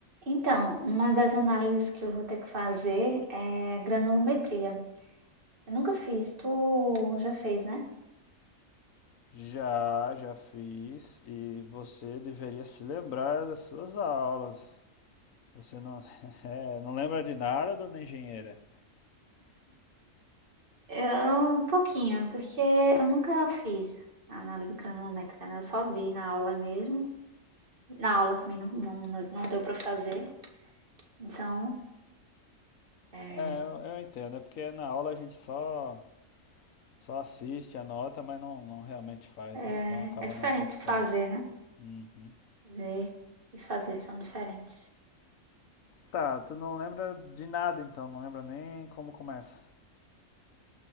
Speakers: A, on the right; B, on the left.
A: Então, uma das análises que eu vou ter que fazer é granulometria. Eu nunca fiz, tu já fez, né?
B: Já, já fiz e você deveria se lembrar das suas aulas. Você não, <laughs> é, não lembra de nada, dona engenheira?
A: Eu, um pouquinho, porque eu nunca fiz a análise granulométrica, né? Eu só vi na aula mesmo. Na aula também não, não, não deu para fazer, então é,
B: É, eu, eu entendo, é porque na aula a gente só, só assiste, anota, mas não, não realmente faz,
A: é,
B: né? Então acaba
A: é diferente
B: não fixando.
A: fazer, né?
B: Uhum.
A: Ver e fazer são diferentes.
B: Tá, tu não lembra de nada então, não lembra nem como começa.